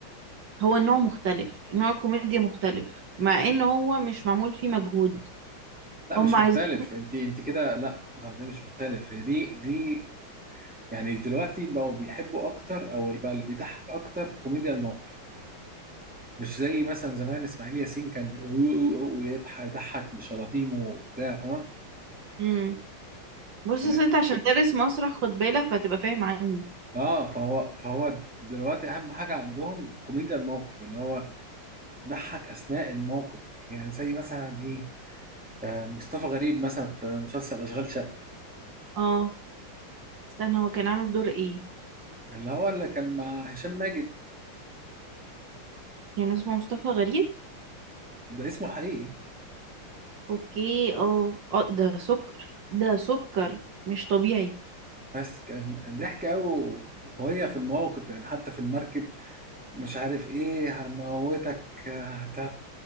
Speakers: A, on the right; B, in the centre.
A: هو النوع مختلف نوع كوميديا مختلف مع ان هو مش معمول فيه مجهود
B: لا
A: هم
B: مش
A: عايزين
B: مختلف انت انت كده لا اه ده مش مختلف هي دي دي يعني دلوقتي بقوا بيحبوا اكتر او بقى اللي بيضحك اكتر كوميديا الموقف مش زي مثلا زمان اسماعيل ياسين كان ويضحك يضحك بشلاطيمه وبتاع فاهم
A: امم بص
B: لا.
A: أصل انت عشان دارس مسرح خد بالك فتبقى فاهم عني
B: اه فهو فهو دلوقتي اهم حاجه عندهم كوميديا الموقف اللي هو ضحك اثناء الموقف يعني زي مثلا ايه آه، مصطفى غريب مثلا في مسلسل اشغال شقه
A: اه استنى هو كان عامل دور ايه
B: اللي هو اللي كان مع هشام ماجد
A: كان اسمه مصطفى غريب
B: ده اسمه الحقيقي
A: اوكي اه اه ده سكر ده سكر مش طبيعي
B: بس كان ضحك قوي وهي في المواقف يعني حتى في المركب مش عارف ايه هنموتك هت...